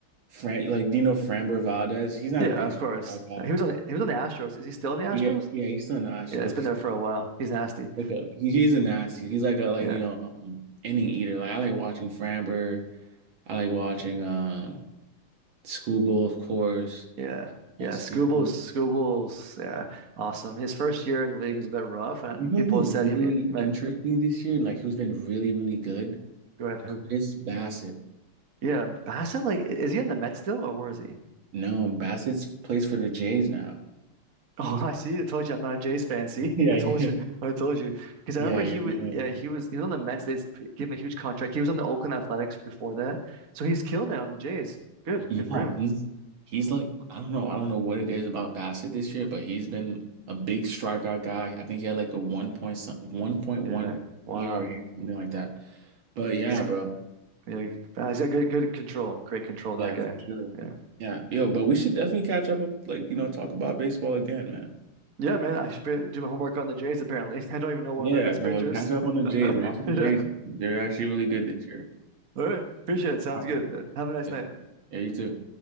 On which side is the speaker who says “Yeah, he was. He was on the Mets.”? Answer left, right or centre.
Right